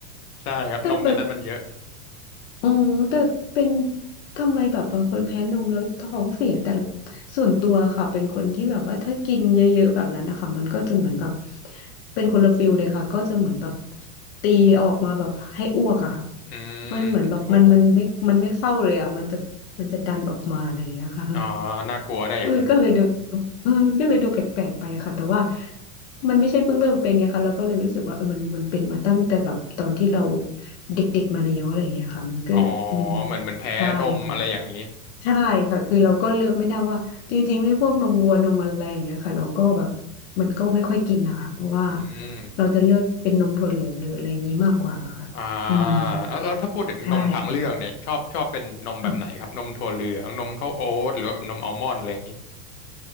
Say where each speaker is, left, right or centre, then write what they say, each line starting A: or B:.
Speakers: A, on the left (about 65°); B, on the left (about 45°).
A: ใช่ครับนมในนั้นมันเยอะ
B: แต่แบบอ๋อแต่เป็นทำไมแบบบางคนแพ้นมแล้วท้องเสียแต่ส่วนตัวค่ะเป็นคนที่แบบว่าถ้ากินเยอะๆแบบนั้นนะคะมันก็จะเหมือนแบบเป็นคนละฟิลเลยค่ะก็จะเหมือนแบบตีออกมาแบบให้อ้วกอะค่ะ
A: อืม
B: มันเหมือนแบบมันมันไม่มันไม่เข้าเลยอะมันจะมันจะดันออกมาอะไรอย่างเงี้ยค่ะ
A: โหอ๋อน่ากลัวนะอย่างนี้
B: เออก็เลยดูเออมันก็เลยดูแปลกๆไปอะค่ะแต่ว่ามันไม่ใช่เพิ่งเริ่มเป็นไงคะเราก็เลยรู้สึกว่าเออมันมันเป็นมาตั้งแต่แบบตอนที่เราเด็กๆมาแล้วอะไรอย่างเงี้ยค่ะมันก็อืม
A: อ๋อเหมือนเหมือนแพ้นมอะไรอย่างนี้
B: ใช่ค่ะใช่ค่ะคือเราก็เลือกไม่ได้ว่าจริงๆไม่พวกนมวัวนมอะไรอย่างเงี้ยค่ะเราก็แบบมันก็ไม่ค่อยกินนะคะเพราะว่า
A: อืม
B: เราจะเลือกเป็นนมถั่วเหลืองหรืออะไรอย่างงี้มากกว่าค่ะอืม
A: อ่าแล้วแล้วถ้าพูดถึงนมทางเลือกเนี่ยชอบชอบเป็นนมแบบไหนครับนมถั่วเหลืองนมข้าวโอ๊ตหรือว่าแบบนมอัลมอนด์อะไรอย่างนี้
B: ใช่ค่ะ